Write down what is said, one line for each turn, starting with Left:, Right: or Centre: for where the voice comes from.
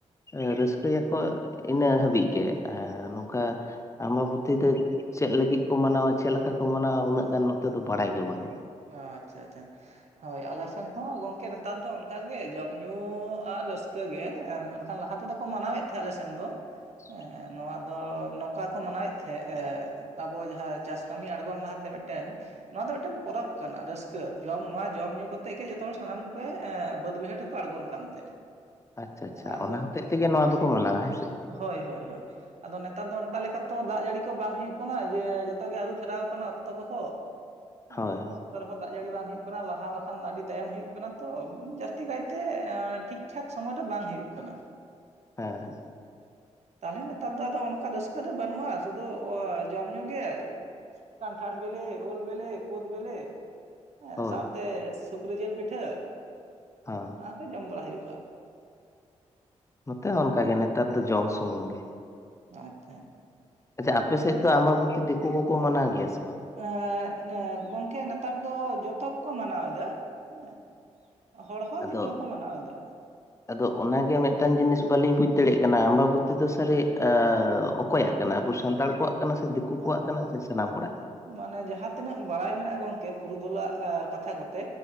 Left: ᱮ ᱨᱟᱹᱥᱠᱟᱹᱭᱟᱠᱚ ᱤᱱᱟᱹ ᱦᱟᱹᱵᱤᱡ ᱜᱮ ᱱᱚᱝᱠᱟ ᱟᱢᱵᱟᱵᱚᱛᱤ ᱫᱚ ᱪᱮᱜ ᱞᱟᱹᱜᱤᱫ ᱠᱚ ᱢᱟᱱᱟᱣᱟ ᱪᱮᱜ ᱞᱮᱠᱟ ᱠᱚ ᱢᱟᱱᱟᱣᱟ ᱩᱱᱟᱹᱜ ᱜᱟᱱ ᱱᱚᱛᱮ ᱫᱚ ᱵᱟᱲᱟᱭ ᱜᱮ ᱵᱟᱹᱱᱩᱜᱼᱟ᱾
Right: ᱚ ᱟᱪᱪᱷᱟ ᱟᱪᱪᱷᱟ ᱦᱳᱭ ᱟᱞᱮ ᱥᱮᱱ ᱦᱚᱸ ᱜᱚᱝᱠᱮ ᱱᱮᱛᱟᱨ ᱫᱚ ᱚᱱᱠᱟᱜ ᱜᱮ ᱡᱚᱢ ᱧᱩ ᱟᱨ ᱨᱟᱹᱥᱠᱟᱹᱜ ᱜᱮ ᱛᱟᱨ ᱞᱟᱦᱟ ᱛᱮᱫᱚ ᱠᱚ ᱢᱟᱱᱟᱣᱮᱫ ᱛᱟᱦᱮᱸᱫ ᱟᱞᱮᱥᱮᱱ ᱫᱚ
Left: <inaudible>
Right: ᱦᱮᱸ ᱱᱚᱣᱟ ᱫᱚ ᱱᱚᱠ ᱠᱟ ᱠᱚ ᱢᱟᱱᱟᱣᱮᱜ ᱛᱟᱦᱮᱸᱜ ᱮ ᱟᱵᱚ ᱡᱟᱦᱟᱸ ᱪᱟᱥ ᱠᱟᱹᱢᱤ ᱟᱬᱜᱚᱱ ᱞᱟᱦᱟᱛᱮ ᱢᱤᱫᱴᱮᱱ ᱱᱚᱣᱟ ᱫᱚ ᱢᱤᱫᱴᱮᱱ ᱯᱚᱨᱚᱵᱽ ᱠᱟᱱᱟ ᱨᱟᱹᱥᱠᱟᱹ ᱡᱚᱢ ᱱᱚᱣᱟ ᱡᱚᱢ ᱧᱩ ᱠᱟᱛᱮᱜ ᱜᱮ ᱡᱚᱛᱚ ᱦᱚᱲ ᱥᱟᱱᱟᱢ ᱠᱚ ᱵᱟᱹᱫᱽ ᱵᱟᱹᱭᱦᱟᱹᱲ ᱨᱮᱠᱚ ᱟᱬᱜᱚᱱ ᱠᱟᱱ ᱛᱟᱦᱮᱸᱫ᱾
Left: ᱟᱪᱪᱷᱟ ᱟᱪᱪᱷᱟ
Right: ᱟᱫᱚ
Left: ᱚᱱᱟ ᱦᱚᱛᱮᱡ ᱛᱮᱜᱮ ᱱᱚᱣᱟ ᱫᱚᱠᱚ ᱢᱟᱱᱟᱣᱟ ᱦᱮᱸᱥᱮ
Right: ᱦᱳᱭ ᱦᱳᱭ ᱦᱳᱭ ᱟᱫᱚ ᱱᱮᱛᱟᱨ ᱫᱚ ᱚᱠᱟ ᱞᱮᱠᱟᱛᱚ ᱫᱟᱜ ᱡᱟᱹᱲᱤ ᱠᱚ ᱵᱟᱝ ᱦᱩᱭᱩᱜ ᱠᱟᱱᱟ ᱡᱮ ᱡᱚᱛᱚ ᱜᱮ ᱟᱹᱨᱩ ᱯᱷᱮᱨᱟᱣ ᱟᱠᱟᱱᱟ ᱚᱠᱛᱚ ᱠᱚᱦᱚᱸ᱾ ᱮᱸ
Left: ᱦᱳᱭ ᱦᱳᱭ
Right: ᱚᱠ ᱨᱮᱦᱚᱸ ᱫᱟᱜ ᱡᱟᱹᱲᱤ ᱵᱟᱝ ᱦᱩᱭᱩᱜ ᱠᱟᱱᱟ ᱞᱟᱦᱟ ᱵᱟᱠᱷᱟᱱ ᱱᱟᱹᱰᱤ ᱛᱟᱭᱚᱢ ᱦᱩᱭᱩᱜ ᱠᱟᱱᱟ ᱛᱚ, ᱡᱟᱹᱥᱛᱤ ᱠᱟᱭᱛᱮ ᱴᱷᱤᱠ ᱴᱷᱟᱠ ᱥᱚᱢᱚᱭ ᱫᱚ ᱵᱟᱝ ᱦᱩᱭᱩᱜ ᱠᱟᱱᱟ᱾
Left: ᱦᱮᱸ ᱦᱮᱸ
Right: ᱛᱟᱞᱦᱮ ᱱᱮᱛᱟᱨ ᱫᱚ ᱟᱫᱚ ᱚᱱᱠᱟ ᱨᱟᱹᱥᱠᱟᱹ ᱫᱚ ᱵᱟᱹᱱᱩᱜᱼᱟ ᱥᱩᱫᱩ ᱡᱚᱢ ᱧᱩ ᱜᱮ᱾ ᱠᱟᱱᱴᱷᱟᱲ ᱵᱮᱞᱮ ᱩᱞ ᱵᱮᱞᱮ ᱠᱩᱫ ᱵᱮᱞᱮ ᱦᱮᱸ
Left: ᱦᱳᱭ
Right: ᱥᱟᱶᱛᱮ ᱥᱩᱠᱨᱤ ᱡᱤᱞ ᱯᱤᱴᱷᱟᱹ
Left: ᱦᱟᱸ
Right: ᱚᱱᱟ ᱠᱚ ᱡᱚᱢ ᱵᱟᱲᱟ ᱦᱩᱭᱩᱜᱼᱟ᱾
Left: ᱱᱚᱛᱮ ᱦᱚᱸ ᱚᱱᱠᱟᱜ
Right: ᱦᱮᱸ
Left: ᱜᱮ ᱱᱮᱛᱟᱨ ᱫᱚ ᱡᱚᱢ ᱥᱩᱢᱩᱝ ᱜᱮ᱾
Right: ᱟᱪᱪᱷᱟ
Left: ᱟᱪᱪᱷᱟ ᱟᱯᱮᱥᱮᱡ ᱫᱚ ᱟᱢᱵᱟᱵᱚᱛᱤ ᱫᱤᱠᱩ ᱠᱚᱠᱚ ᱢᱟᱱᱟᱣ ᱜᱮᱭᱟ ᱥᱮ ᱵᱟᱝ?
Right: ᱮᱸ ᱮᱸ ᱜᱚᱝᱠᱮ ᱱᱮᱛᱟᱨ ᱫᱚ ᱡᱚᱛᱚᱠᱚ ᱢᱟᱱᱟᱣ ᱮᱫᱟ᱾ ᱦᱮᱸ ᱦᱚᱲ ᱦᱚᱸ
Left: ᱟᱫᱚ
Right: ᱫᱤᱠᱩ ᱦᱚᱸᱠᱚ ᱢᱟᱱᱟᱣᱫᱟ᱾
Left: ᱟᱫᱚ ᱚᱱᱟᱜᱮ ᱢᱤᱫᱴᱟᱱ ᱡᱤᱱᱤᱥ ᱵᱟᱹᱞᱤᱧ ᱵᱩᱡ ᱫᱟᱲᱮᱜ ᱠᱟᱱᱟ ᱟᱢᱵᱟᱵᱚᱛᱤ ᱫᱚ ᱥᱟᱹᱨᱤ ᱚᱠ ᱠᱚᱭᱟᱜ ᱠᱟᱱᱟ ᱟᱵᱚ ᱥᱟᱱᱛᱟᱲ ᱠᱚᱣᱟᱜ ᱠᱟᱱᱟ ᱥᱮ ᱫᱤᱠᱩ ᱠᱚᱣᱟᱜ
Right: ᱮᱸ
Left: ᱠᱟᱱᱟ ᱥᱮ ᱥᱟᱱᱟᱢ ᱦᱚᱲᱟᱜ?
Right: ᱢᱟᱱᱮ ᱡᱟᱦᱟᱸ ᱛᱤᱱᱟᱹᱜ ᱵᱟᱲᱟᱭ ᱢᱮᱱᱟᱜᱼᱟ ᱜᱚᱝᱠᱮ ᱯᱩᱨᱩᱫᱷᱩᱞᱟᱜ ᱠᱟᱛᱷᱟ ᱠᱚᱛᱮ,